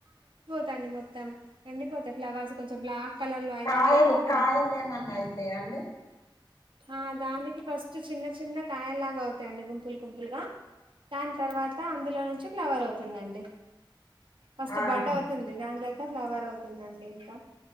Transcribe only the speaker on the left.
కాయలు
కాయలు ఎమన్నా అయితే చేయండి
ఆహా